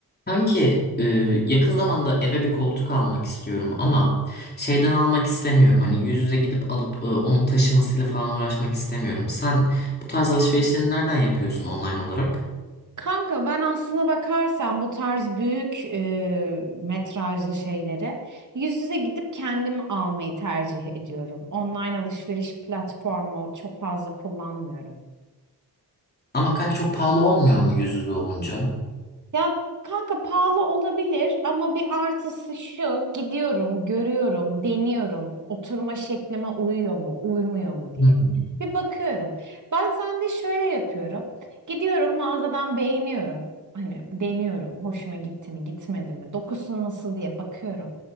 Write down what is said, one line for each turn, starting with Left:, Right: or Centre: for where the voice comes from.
Left: Kanki e, yakın zamanda eve bir koltuk almak istiyorum ama şeyden almak istemiyorum. Hani yüz yüze gidip alıp e, onun taşımasıyla falan uğraşmak istemiyorum. Sen bu tarz alışverişlerini nereden yapıyorsun online olarak?
Right: Kanka ben aslına bakarsan bu tarz büyük e, metrajlı şeyleri yüz yüze gidip kendim almayı tercih ediyorum. Online alışveriş platformu çok fazla kullanmıyorum.
Left: Ama kanki çok pahalı olmuyor mu yüz yüze olunca?
Right: Ya kanka pahalı olabilir ama bir artısı şu gidiyorum, görüyorum, deniyorum. Oturma şeklime uyuyor mu, uymuyor mu diye.
Left: Hmm.
Right: Bir bakıyorum. Bazen de şöyle yapıyorum. Gidiyorum mağazadan beğeniyorum. Hani deniyorum. Hoşuma gitti mi, gitmedi mi? Dokusu nasıl diye bakıyorum.